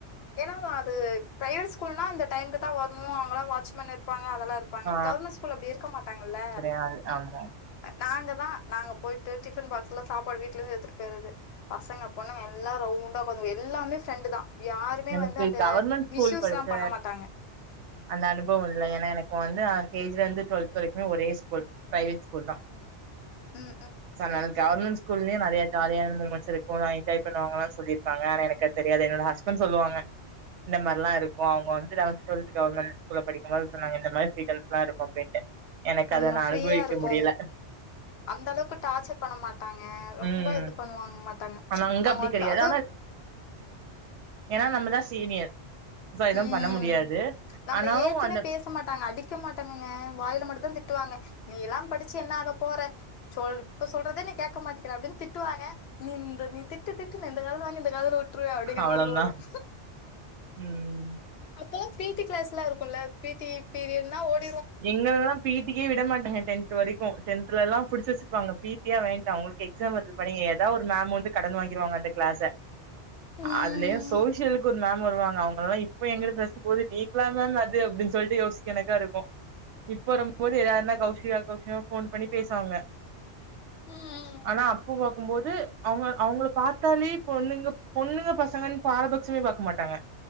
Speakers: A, on the left; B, on the right.
A: ஏன்னா அது பிரைவேட் ஸ்கூல்னா இந்த டைம்முக்கு தா வர்ணு அங்கல்லா வாட்ச்மேன் இருப்பாங் ங்க அதெல்லா இருப்பாங்க
B: ஆ
A: கவர்மெண்ட் ஸ்கூல் அப்டி இருக்க மாட்டாங்கல்ல
B: கெடையாது ஆமா
A: நாங்கதா நாங்க போயிட்டு டிஃபன் பாக்ஸ் எல்லா சாப்பாடு வீட்ல இருந்து எத்துட்டு போயிறது பசங்க பொண்ணங்க எல்லா ரவுண்டா உக்காந் எல்லாமே ஃப்ரெண்டு தா யாருமே
B: எனக்கு
A: வந்து அந்த
B: கவர்மெண்ட் ஸ்கூல்
A: மிஸ்யூஸ்லாம்
B: படிச்ச
A: பண்ண மாட்டாங்க
B: அந்த அனுபவோ இல்ல ஏனா எனக்கு வந்து நா கேஜில்ல இருந்து டுவெல்த்து வரைக்குமே ஒரே ஸ்கூல் பிரேவேட் ஸ்கூல் தா
A: ம் ம்
B: சோ அதுனால
A: ம்
B: கவர்மெண்ட் ஸ்கூல்லயே தே ஜாலியான மூமெண்டஸ் இருக்கு என்ஜாய் பண்ணுவாங்களா சொல்லிருப்பாங்க ஆனா எனக்கு அது தெரியாது என்னோட ஹஸ் பண்ட் சொல்லுவாங்க இந்த மார்லா இருக்கு அவங்க வந்து லெவன்த்து டுவெல்த்து கவர்மெண்ட் ஸ்கூல்ல படிக்கும்போது சொன்னாங்க இந்த மாரி <unintelligible> எல்லா இருக்கு அப்டின்ட்டு எனக்கு
A: நம்ம
B: அத நா
A: ஃப்ரீயா
B: அனுபவிக்க
A: இருக்கோ
B: முடியல
A: அந்த அளவுக்கு டார்ச்சர் பண்ண மாட்டாங்க ரொம்ப
B: ம்
A: இது பண்ணுவாங் மாட்டாங்க
B: ஆனா அங்க
A: அவங்கவந்துக்
B: அப்டி கெடையாது
A: அது
B: இதா நம்மதா சீனியர் சோ எதுவு
A: ம்
B: பண்ண முடியாது
A: நம்ம
B: ஆனாலு
A: ஏத்துமே
B: அந்த
A: பேச மாட்டாங்க அடிக்க மாட்டாங்குங்க வாயில மட்டுந்தா திட் தீட்டுவாங்க நீ எல்லாம் படுச்சு என்ன ஆகப் போற சொல்லுக்கு சொல் சொல்றதே நீ கேட்க மாட்டேங்கிற அப்படின்னு திட்டுவாங்க நீ நீ திட்டு திட்டுன்னு இந்த காதுல வாங்கி இந்த இந்த காதுல உட்டுருவேன் அப்டிங்கிற
B: அவ்ளோதா
A: மாதிரி ஓடும்
B: ம்
A: அப்பாம் பி டி கிளாஸ் எல்லாம் இருக்கும் பி டி பீரியடுனா ஓடி
B: எங்கல்லாம் பி டி க்கே விட மாட்டாங்க டென்த் து வரைக்கும் டென்த்துல எல்லாம் புடிச்சி வச்சிருப்பாங்க பி டியே உங்களுக்கு எக்ஸாம் இருக்கு பண்ணீங்க ஏதாவது ஒரு மேம் வந்து கடன் வாங்கிடுவாங்க அந்த கிளாஸ்ஸ
A: ம்
B: அதுலயும் சோசியலுக்கு ஒரு மேம் வருவாங்க அவுங்க எல்லாம் இப்ப எங்கிட்ட பேசு போது நீக்களா மேம் அது அப்படின்னு சொல்லிட்டு யோசிக்கனக்கா இருக்கோம் இப்ப வரும்போது யாருனா கௌசிகா ஃபோன் பண்ணி பேசுவாங்க
A: ம்
B: ஆனா அப்போ பார்க்குபோது அவுங்க அவுங்களுக் பாத்தாலே பொண்ணுங்க பொண்ணுங்க பசங்கன்னு பாரபட்சமே பாக்க மாட்டாங்க